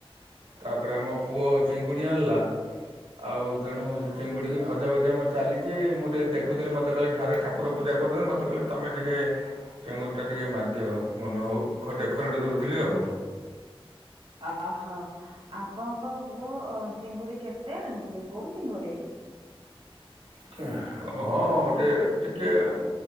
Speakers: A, on the right; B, on the right.
A: ତାପରେ ଆମ ପୁଅ ଚିଙ୍ଗୁଡି ଆଣିଲା ଆଉ ତେଣୁ ସେ ଚିଙ୍ଗୁଡ଼ିକି ଭଜା ଭଜି ଆମର ଚାଲିଚି। ମୁଁ ଟିକେ ଦେଖୁଥିଲି ମୋତେ କହିଲେ ଧାରେ ଠାକୁ ଠାକୁର ପୂଜା କରୁଛନ୍ତି ମତେ କହିଲେ ତମେ ଟିକେ ଚେଙ୍ଗୁଡ଼ିଟା ଟିକେ ମାରିଦିଅ ମନ ହଉ ଖଡେ ଖରଡ଼ି ଦୋଉଥିଲି ଆଉ
B: ଆ ଆହା ଆପଣଙ୍କ ପୁଅ ଅ ଚିଙ୍ଗୁଡି କେତେ ଆଣିଚି? କୋଉ ଚିଙ୍ଗୁଡି?
A: କେ ହଁ ଗୋଟେ ଟି ଟିକେ ଆଉ